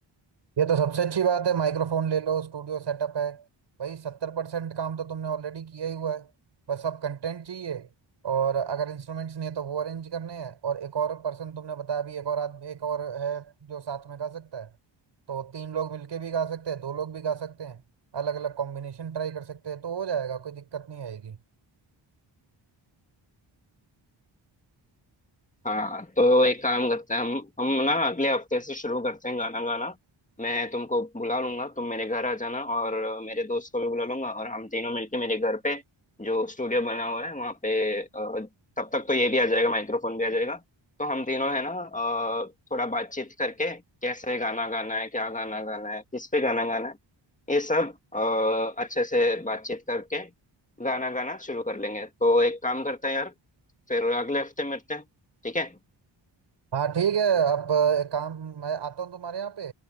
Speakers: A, on the right; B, on the left.
A: ये तो सबसे अच्छी बात है माइक्रोफोन ले लो स्टूडियो सेटअप है भाई सत्तर परसेंट काम तो तुमने ऑलरेडी किया ही हुआ है बस अब कंटेंट चाहिए और अगर इंस्ट्रूमेंट्स नहीं है तो वो अरेंज करने हैं और एक और पर्सन तुमने बताया अभी एक और आदमी एक और है जो साथ में गा सकता है तो तीन लोग मिलके भी गा सकते हैं दो लोग भी गा सकते हैं अलग अलग कॉम्बिनेशन ट्राई कर सकते हैं तो हो जाएगा कोई दिक्कत नहीं आएगी
B: हाँ तो एक काम करते हैं हम हम ना अगले हफ्ते से शुरू करते हैं गाना गाना मैं तुमको बुला लूंगा तुम मेरे घर आ जाना और मेरे दोस्त को भी बुला लूंगा और हम तीनों मिलके मेरे घर पे जो स्टूडियो बना हुआ है वहाँ पे अ, तब तक तो ये भी आ जाएगा माइक्रोफोन भी आ जाएगा तो हम तीनों है ना अ, थोड़ा बातचीत करके कैसे गाना गाना है क्या गाना गाना है किस पे गाना गाना है ये सब अ, अच्छे से बातचीत करके गाना गाना शुरू कर लेंगे तो एक काम करते हैं यार फिर अगले हफ्ते मिलते हैं ठीक है
A: हाँ ठीक है आप अ, एक काम मैं आता हूँ तुम्हारे यहाँ पे